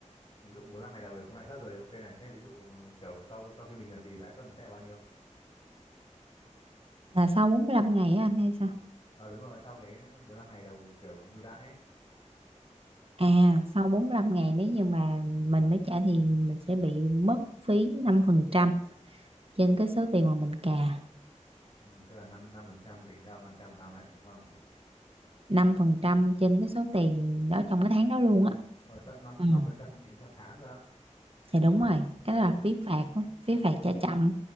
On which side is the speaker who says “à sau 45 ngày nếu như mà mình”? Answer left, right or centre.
Right